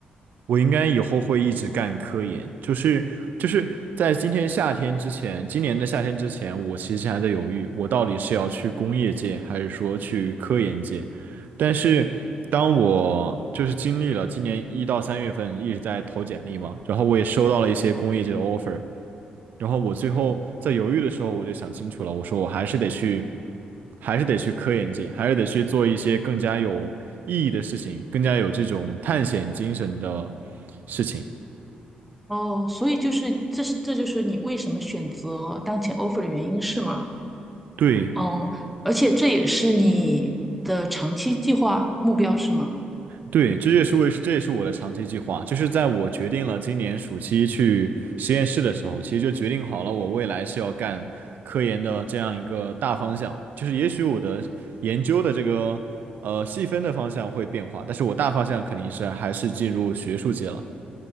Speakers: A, on the right; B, in the centre.
A: 我应该以后会一直干科研，就是就是在今天夏天之前，今年的夏天之前，我其实还在犹豫，我到底是要去工业界，还是说去科研界。但是当我就是经历了今年一到三月份一直在投简历嘛，然后我也收到了一些工业界的 offer，然后我最后在犹豫的时候，我就想清楚了，我说我还是得去，还是得去科研界，还是得去做一些更加有意义的事情，更加有这种探险精神的事情。
B: 哦，所以就是这是这就是你为什么选择当前 offer 的原因是吗？
A: 对，
B: 嗯，而且这也是你的长期计划目标是吗？
A: 对，这也是为，这也是我的长期计划。就是在我决定了今年暑期去实验室的时候，其实就决定好了我未来是要干科研的这样一个大方向。就是也许我的研究的这个呃细分的方向会变化，但是我大方向肯定是还是进入学术界了。